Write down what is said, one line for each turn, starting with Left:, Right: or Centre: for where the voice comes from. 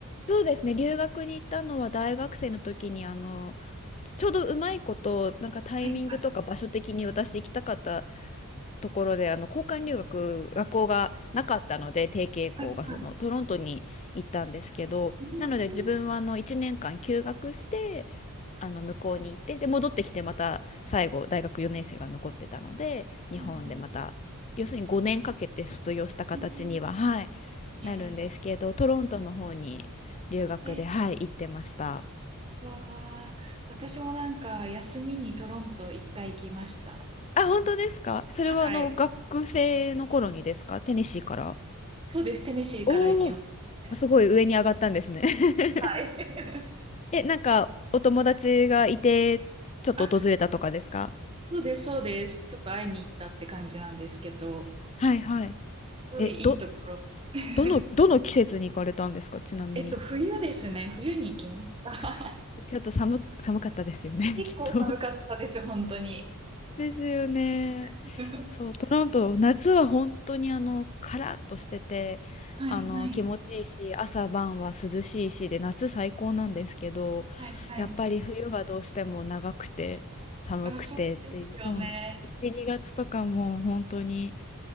Left: そうですね。留学に行ったのは大学生の時に、あの、ちょうどうまいこと、なんかタイミングとか場所的に私行きたかった
Right: はい、はい、
Left: ところであの交換留学学校がなかったので定型校がそのトロントに行ったんですけどなので自分はあの1年間休学して
Right: はい、はい。うんうん
Left: あの向こうに行ってで戻ってきてまた最後大学4年生が残ってたので日本でまた要するに5年かけて卒業した形には、
Right: うんうん
Left: はい、
Right: え
Left: なるんですけどトロントの方に留学で、
Right: ー、え、
Left: はい、行ってました。
Right: わあ私もなんか休みにトロント一回行きました。
Left: あ、本当ですかそれはあの学生の頃にですかテネシーから。
Right: はい。そうです、テネシーから行きましたね。
Left: おおー、すごい上に上がったんですね。<laughs>
Right: はい。<laughs>
Left: え、なんかお友達がいて、ちょっと訪れたとかですか
Right: あ、そうです、そうです。ちょっと会いに行ったって感じなんですけど、
Left: はいはい。
Right: すごいいいところ。
Left: え、ど、
Right: <laughs>
Left: どの、どの季節に行かれたんですかちなみに。
Right: えっと、冬ですね。冬に行きました。
Left: そっかちょっと寒、
Right: <laughs>
Left: 寒かったですよね、
Right: 結構寒かったです、
Left: <laughs> きっと。
Right: 本当に。
Left: ですよね。
Right: <laughs>
Left: そう、トロント、夏は本当にあの、カラッとしてて、
Right: はい、
Left: あの、
Right: はい、
Left: 気持ちいいし、朝晩は涼しいしで、夏最高なんですけど、
Right: はい、はい。
Left: やっぱり冬がどうしても長くて、寒くてっていう、
Right: あ、そうですよね。
Left: そうん、1、2月とかも本当に